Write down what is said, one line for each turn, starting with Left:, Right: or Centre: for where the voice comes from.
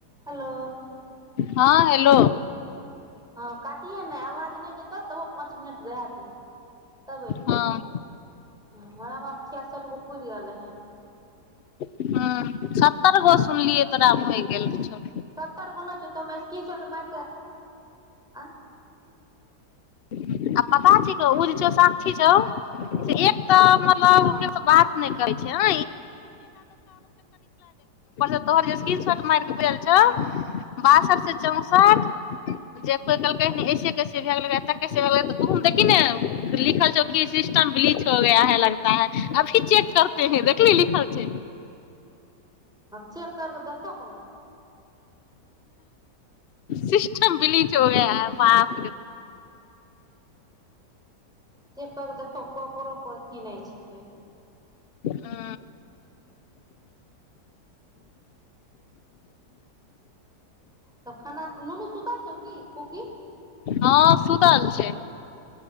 Centre: <inaudible> hello
Left: हँ hello
Centre: हँ काटिहे नहि आवाज नहि जेतौ तबो पाँच मिनट रह दहे तब अ एयतै
Left: हँ
Centre: हमरामे आ छिय सए रक पुर रहलै हन
Left: हँ स्तर ग सुनलि तऽ राम होइ गेल छ
Centre: सत्तर गुना छ त स्क्रीन शॉर्ट मार क आँ
Left: आ पता छै क ओ जे छौ साक्षी छौ से एक तऽ मतलब
Centre: हँ
Left: ओकर बात नहि कहै छैह ् तोहरकी शॉट मार के छौ बासठ से चौंसठ जे कोई कहलकै ऐसे कैसे भ गेल सेै त ओ देखी ने लिखल छौ की सिस्टम ब लीच हो गया है लगता है अभी चेक करते हैं देखली लिखल छै
Centre: चेेक करके देख कोन
Left: ह शबली च हो ग
Centre: हूँ
Left: बाप
Centre: जेकर देखहो ककरो को अथी नहि छिकै
Left: ह
Centre: तब खानना नुन सुता छ की कोकी
Left: हँ सु तल छै